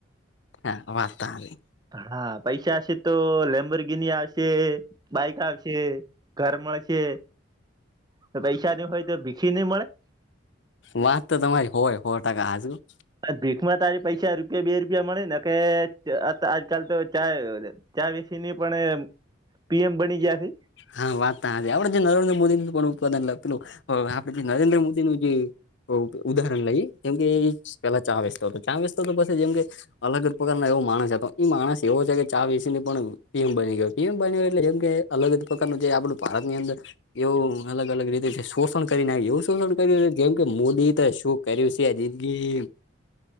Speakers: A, on the left (about 60°); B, on the right (about 20°).
A: હા વાત તો હાલી.
B: હા પૈસા હશે તો લેમ્બર ગિનિ આવશે, બાઈક આવશે. ઘર મળશે, ને પૈસાની હોય તો ભીખી નહી મળે.
A: વાત તો તમારી હોય હો ટકા હાંસી હો.
B: ને ભીખમાં તો આજે પૈસા રૂપિયા બે રૂપિયા મળે ને કે આજકાલ તો ચા ચા બેસી ની પણ પીએમ બની ગયા છે.
A: હા વાત તો હાચી. આપડે જે નરેન્દ્ર મોદી પણ ઉત્પદન લખેલું પેલું. હવે આપડે જે નરેન્દ્ર મોદીનું જે ઉદાહરણ લઈએ જેમ કે એ પેલા ચા વેચતો તો. ચા વેચતો તો પછી જેમ કે અલગ જ પ્રકાર ના એવો માણસ છે. એ માણસ એવો છે કે ચા વસીની પણીમ બની ગયો. પીએમ બન્યો એટલે એમ કે અલગ અગ પ્રકારનું જે આપડું ભારતની અંદર એવું અલગ અલગ રીતે શોષણ કરી નાખ એવું શોષણ કર્યું જેમ કે મોદી તો શું? કર્યું છે જિંદગીમ